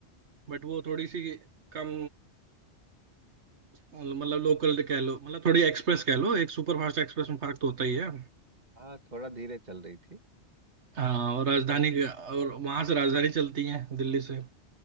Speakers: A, on the right; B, on the right.
A: बट वो थोड़ी सी कम मतलब लोकल कह लो मतलब थोड़ी एक्सप्रेस कह लो एक सुपरफास्ट एक्सप्रेस में फर्क तो होता ही है
B: हाँ थोड़ा धीरे चल रही थी
A: हाँ और राजधानी
B: है ना
A: और वहां से राजधानी चलती है दिल्ली से